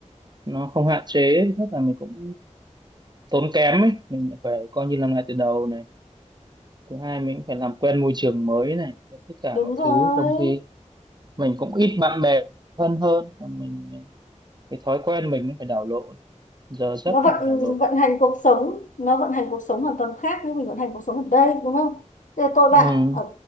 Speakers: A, on the right; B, on the left.
A: nó không hạn chế Thứ nhất là mình cũng tốn kém ấy mình phải coi như làm lại từ đầu này thứ hai mình cũng phải làm quen môi trường mới này rồi tất cả
B: Đúng
A: mọi
B: rồi
A: thứ trong khi mình cũng ít bạn bè thân hơn và mình ờ, cái thói quen mình cũng phải đảo lộn giờ giấc
B: nó vận
A: cũng phải đảo lộn
B: vận hành cuộc sống nó vận hành cuộc sống hoàn toàn khác với mình vận hành cuộc sống ở đây đúng không Thế tôi bạn
A: ừ
B: ở